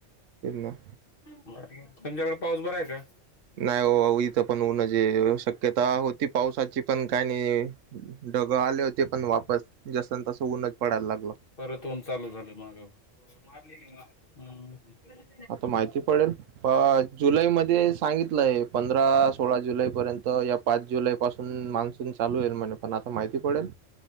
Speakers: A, on the right; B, on the left.
A: ते ना
B: तुमच्याकडे पाऊस बरा आहे का
A: नाही हो इथं पण होऊन जे शक्यता होती पावसाची पण काय नाही ढग आले होते पण वापस जसन तसं ऊनच पडायला लागलं
B: परत होन चालू झालं माग मार <inaudible>
A: हाता माहिती पडेल जुलैमध्येध्ये सांगितलंय पंधरा सोळा जुलैपर्यंत या पाच जुलै पासून मान्सून चालू होईल म्हणे पण आता माहिती पडेल